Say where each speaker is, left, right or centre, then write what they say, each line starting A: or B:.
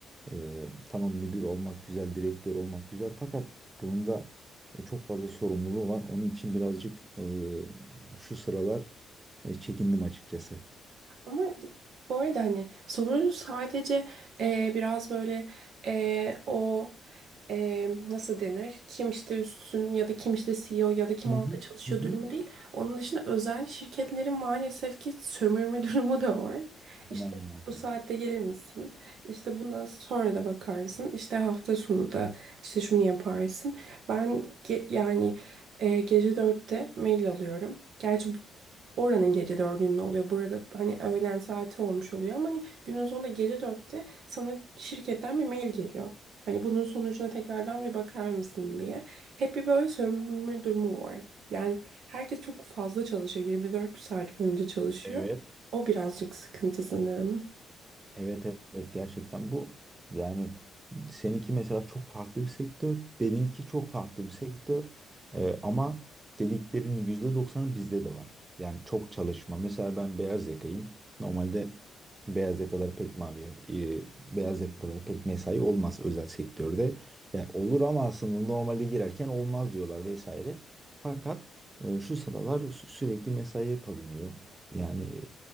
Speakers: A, on the right; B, on the right.
A: Ee, tamam müdür olmak güzel, direktör olmak güzel fakat bunun da e, çok fazla sorumluluğu var. Onun için birazcık e, şu sıralar e, çekindim açıkçası.
B: Ama bu arada hani sorun sadece e, biraz böyle e, o e, nasıl denir? Kim işte üstün ya da kim işte CEO ya da kim
A: Hı
B: altta
A: hı.
B: çalışıyor
A: Hı hı.
B: durumu değil. Onun dışında özel şirketlerin maalesef ki sömürme <laughs> durumu da var.
A: Aynen
B: İşte
A: ya.
B: bu saatte gelir misin? İşte bundan sonra da bakarsın. İşte hafta sonu da işte şunu yaparsın. Ben ge- yani e, gece dörtte mail alıyorum. Gerçi bu Oranın gece dördünde oluyor. Burada hani öğlen saati olmuş oluyor ama hani günün sonunda gece dörtte sana şirketten bir mail geliyor. Hani bunun sonucuna tekrardan bir bakar mısın diye. Hep bir böyle sömürme durumu var. Yani herkes çok fazla çalışıyor. 24 saat boyunca çalışıyor.
A: Evet.
B: O birazcık sıkıntı sanırım.
A: Evet evet gerçekten bu yani seninki mesela çok farklı bir sektör, benimki çok farklı bir sektör Ee, ama dediklerinin yüzde doksanı bizde de var. Yani çok çalışma. Mesela ben beyaz yakayım. Normalde beyaz yakaları pek mavi, e, beyaz yakaları pek mesai olmaz özel sektörde. Yani olur ama aslında normalde girerken olmaz diyorlar vesaire. Fakat e, şu sıralar sü- sürekli mesaiye kalınıyor. Yani